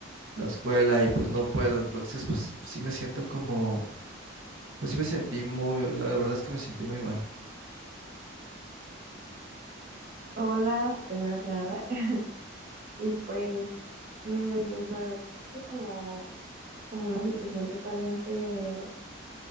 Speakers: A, on the right; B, on the right.
A: la escuela y pues no puedo, entonces pues sí me siento como, pues sí me sentí muy, la verdad es que me sentí muy mal.
B: Hola, primero que nada. <laughs> Y pues mi mente es la verdad, se escuché como, como una situación totalmente,